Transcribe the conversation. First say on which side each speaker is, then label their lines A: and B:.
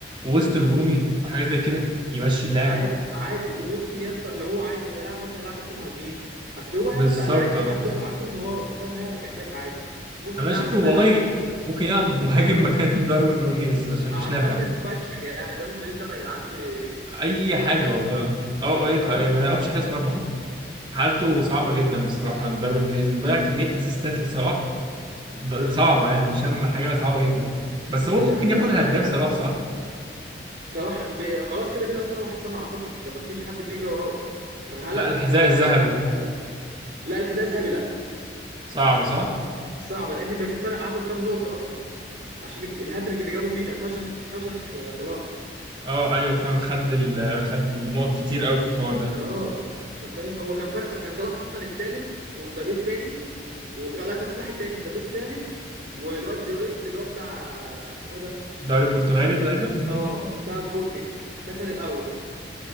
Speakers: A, on the right; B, on the right.
A: وسط هجومي او حاجه زي كده يمشي اللعب
B: عادي عادي وممكن يا اسطى لو هو عايز هيلعب مثلا هيلعب تحت مهاجمين اصل هو
A: بالظبط
B: يا اسطى لعيب
A: اه
B: عنده عنده المهاره ففاهم هيعرف يعملها عادي وممكن
A: انا
B: يلعبه
A: شايفه
B: شمال
A: والله
B: عادي
A: ممكن يلعب مهاجم مكان <laughs> داروين نونيز عشان
B: عامه
A: مش نافع
B: فشخ يعني دارون نونيز ده ما يلعبش
A: اي
B: حاجه
A: حاجه والله
B: اصلا
A: اه اه اه يطلع
B: اه
A: إيه، ما يعرفش حارس مرمى حتى حالته صعبه جدا بصراحه داروين نيز مضيع كميه اسيستات لصلاح ب-
B: اه
A: صعبه يعني شم حاجه صعبه جدا بس هو
B: بجد
A: ممكن ياخد
B: يا اسطى
A: الهداف
B: صعب
A: صلاح صح
B: صلاح ب... خلاص كده كده اصلا هو حسام اعتقد ده ما فيش حد بيجري وراه هالاند
A: لا الحذاء
B: هالاند
A: الذهبي
B: استحاله يجري. لا الحذاء الذهبي لا
A: صعب صح
B: صعبه لان مبابي فرق عنه كام نقطه اصلا عشان الج- الهاتريك اللي جابه فينا فشخ فشخ صلاح
A: اه ايوه فاهم خد ال... خد النقط كتير قوي في الحوار ده
B: اه ففاهم هو كان فرق كان صلاح اصلا التالت ومبابي التاني و... لا كان صلاح التاني ومبابي التالت والواد جوريكس اللي هو بتاع اسمه إيه ده
A: الدوري البرتغالي تقريبا
B: اه بتاع سبورتنج ده كان الاول